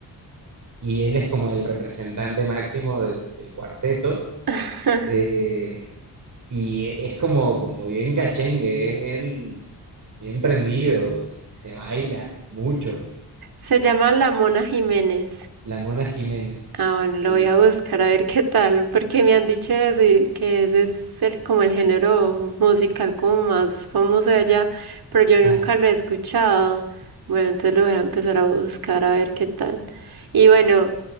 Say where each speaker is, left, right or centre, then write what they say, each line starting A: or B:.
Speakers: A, on the right; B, on the right.
A: y él es como el representante máximo del, del cuarteto.
B: <laughs>
A: eh, y es como, como bien cachengue, es bien, bien prendido y se baila mucho.
B: Se llama La Mona Jiménez.
A: La Mona Jiménez,
B: Ah, bueno,
A: sí.
B: lo voy a buscar a ver qué tal, porque me han dicho eso y que ese es el, como el género musical como más famoso de allá, pero yo
A: Ajá.
B: nunca lo he escuchado. Bueno, entonces lo voy a empezar a buscar a ver qué tal. Y bueno,